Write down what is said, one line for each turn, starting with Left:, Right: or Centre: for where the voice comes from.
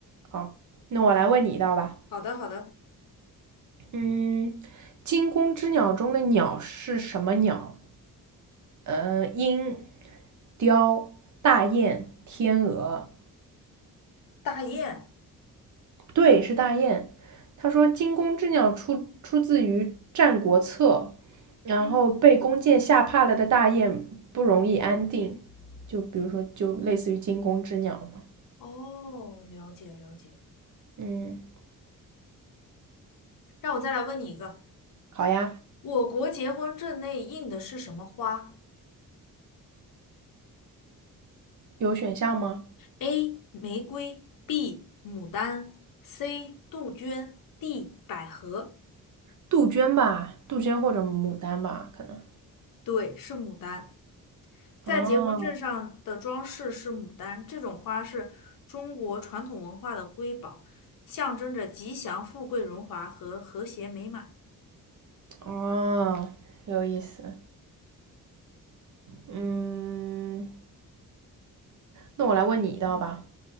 Right: 好，那我来问你一道吧。
Left: 好的，好的。
Right: 嗯，惊弓之鸟中的鸟是什么鸟？呃，鹰、雕、大雁、天鹅。
Left: 大雁。
Right: 对，是大雁。他说惊弓之鸟出出自于《战国策》，然后被弓箭吓怕了的大雁不容易安定，
Left: 嗯，
Right: 就比如说就类似于惊弓之鸟嘛。
Left: 哦，了解了解。
Right: 嗯，
Left: 让我再来问你一个。
Right: 好呀，
Left: 我国结婚证内印的是什么花
Right: 有选项吗？
Left: ？A. 玫瑰 B. 牡丹 C. 杜鹃 D. 百合。
Right: 杜鹃吧，杜鹃或者牡丹吧，可能。
Left: 对，是牡丹。在结婚证上的装饰是牡丹，
Right: 哦
Left: 这种花是中国传统文化的瑰宝，象征着吉祥、富贵、荣华和和谐美满。
Right: 哦，有意思。嗯，那我来问你一道吧。